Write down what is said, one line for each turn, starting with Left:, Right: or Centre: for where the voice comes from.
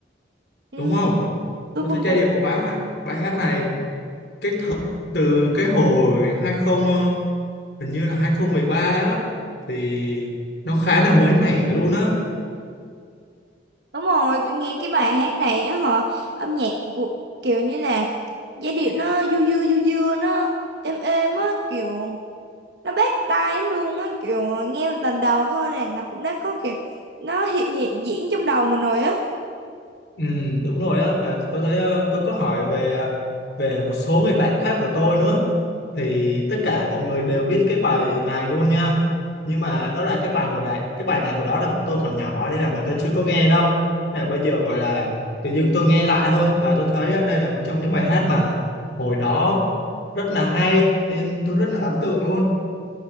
Right: Ừ,
Left: đúng không
Right: tôi
Left: tôi
Right: cũng
Left: thấy giai
Right: thật.
Left: điệu của bài hát, bài hát này cái th từ cái hồi 20 ờ, hình như là 2013 á thì nó khá là mới mẻ luôn á
Right: Đúng rồi, tôi nghe cái bài hát này á họ âm nhạc của, kiểu như là giai điệu nó du dưa du dưa nó êm êm á kiểu nó bắt tai em luôn á kiểu ờ, nghe lần đầu thôi là nó cũng đã có kiểu nó hiện hiện diễn trong đầu mình rồi á
Left: Ừ, đúng rồi á và tôi thấy ờ, tôi có hỏi về ờ, về một số người bạn khác của tôi nữa thì tất cả mọi người đều biết cái bài này luôn nha nhưng mà đó là cái bài hồi đại cái bài này hồi đó là bọn tôi còn nhỏ nên là bọn tôi chưa có nghe đâu là bây giờ gọi là tự dưng tôi nghe lại thôi và tôi thấy ờ, đây là một trong những bài hát mà hồi đó rất là hay nên tôi rất là ấn tượng luôn